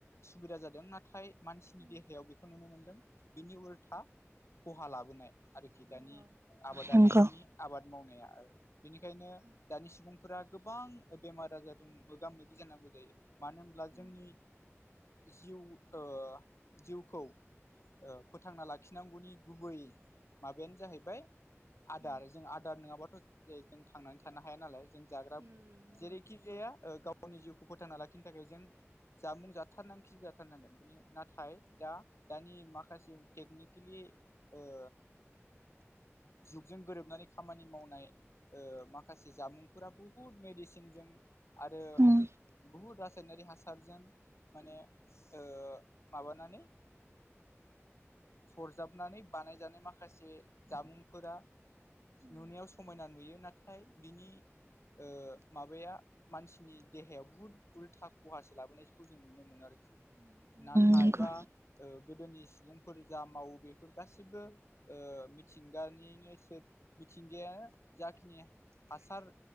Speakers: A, on the left (about 65°); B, on the right (about 60°).
A: सुबिदा जादों नाथाय मानसिनि देहायाव बेखौ नुनो मोनदों बिनि उल्था खहा लाबोनाय आरोखि दानि आबादारिफोरनि
B: नंगौ
A: आबाद मावनाया बेनिखायनो दानि सुबुं फोरा गोबां बेमार आजारजों मोगा मोगि जानांगौ जायो मानो होनब्ला जोंनि जिउ ओ जिउखौ फोथांना लाखिनांगौनि गुबै माबायानो जाहैबाय आदार जों आदार नङाबाथ' जों थांनानै थानो हाया नालाय जों जाग्रा जेरैखि जाया ओ गावनि जिउखौ फोथांना लाखिनो थाखाय जों जामुं जाथारनांग खि जाथारनांगोन नाथाय दा दानि माखासे टेकनिकेलि ओ जुगजों गोरोबनानै खामानि मावनाय ओ माखासे जामुंफोरा बुहुद मेडिसिनजों आरो
B: उम
A: बुहुद रासायनारि हासारजों माने ओ माबानानै सरजाबनानै बानायजानाय माखासे जामुंफोरा नुनायाव सयाना नुयो नाथाय बिनि ओ माबाया मानसिनि देहायाव बुहुत उल्था खहासो लाबोनायखौ जों नुनो मोनो आरोखि नाथायबा
B: नंगौ
A: ओ गोदोनि सुबुं फोर जा मावो बेफोर गासिबो ओ मिथिंगानिनो सोर मिथिंगाया जाखिनि हासार